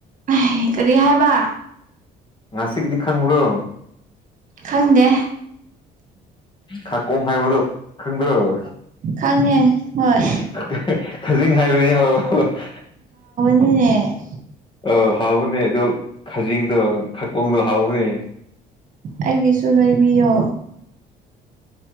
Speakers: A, on the right; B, on the left.
A: ꯍꯦ ꯀꯔꯤ ꯍꯥꯏꯕ
B: ꯉꯆꯤꯛꯇꯤ ꯈꯪꯕ꯭ꯔꯣ
A: ꯈꯪꯗꯦ
B: ꯈꯥꯀꯣꯡ ꯍꯥꯏꯕꯗꯣ ꯈꯪꯗ꯭ꯔꯕ
A: ꯈꯪꯉꯦ ꯍꯣꯏ
B: ꯅꯠꯇꯦ ꯖꯤꯡ ꯍꯥꯏꯕꯅꯦ ꯍꯣ <unintelligible> <inaudible>
A: ꯎꯝꯅꯦ
B: ꯑꯣ ꯍꯥꯎꯕꯅꯦ ꯑꯗꯣ ꯈꯖꯤꯡꯗꯣ ꯈꯀꯣꯡꯗꯣ ꯍꯥꯎꯕꯅꯦ
A: ꯑꯩꯒꯤꯁꯨ ꯂꯩꯕꯤꯌꯣ